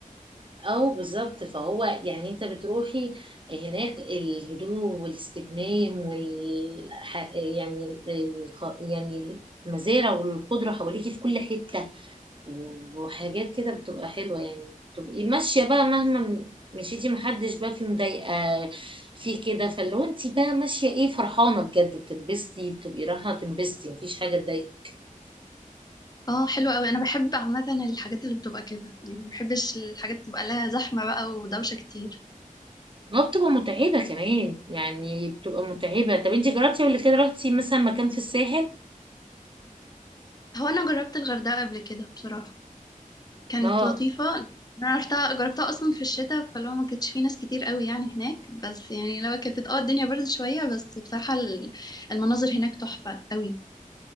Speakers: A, on the right; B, on the left.
A: او بالظبط فهو يعني انت بتروحي هناك الهدوء والاستجمام وال ح- يعني الخ- يعني المزارع والخضرة حواليكي في كل حتة وحاجات كده بتبقى حلوة يعني بتبقي ماشية بقى مهما م- مشيتي محدش بقى في مضايقة في كده فلو انت بقى ماشية ايه فرحانة بجد بتنبسطي بتبقي رايحة تنبسطي مفيش حاجة تضايقك
B: اه حلو قوي انا بحب عامة الحاجات اللي بتبقى كده يعني ما بحبش الحاجات تبقى لها زحمة بقى ودوشة كتير
A: اه بتبقى متعبة كمان يعني بتبقى متعبة طب انت جربتي قبل كده رحتي مثلا مكان في الساحل
B: هو انا جربت الغردقة قبل كده بصراحة كانت
A: اه
B: لطيفة انا رحتها جربتها اصلا في الشتاء فلو ما كانتش في ناس كتير قوي يعني هناك بس يعني لو كانت اه الدنيا برد شوية بس بصراحة ال- المناظر هناك تحفة قوي